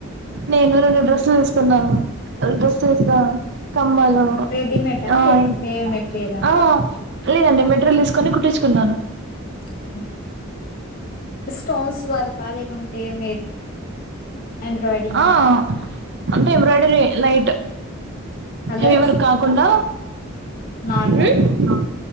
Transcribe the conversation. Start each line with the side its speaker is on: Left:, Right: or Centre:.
Right: నేను రెండు డ్రెస్సుల్ తీస్కున్నాను అవి డ్రెస్సెస్ ఆహ్. కమ్మలు
Left: రెడీమేటా
Right: ఆహ్
Left: లేకుంటే మెటీరియలా
Right: ఆహ్. లేదండి మెట్రియల్ తీస్కొని కుట్టిచ్కున్నాను.
Left: ఉమ్ స్టోన్స్ వర్క్. లేకుంటే మే. ఎంబ్రాయిడింగ్
Right: ఆహ్ అంటె ఎంబ్రాయిడరీ ఏ లైట్.
Left: కలర్స్
Right: హేవర్ కాకుండా.
Left: నార్మల్
Right: ఉమ్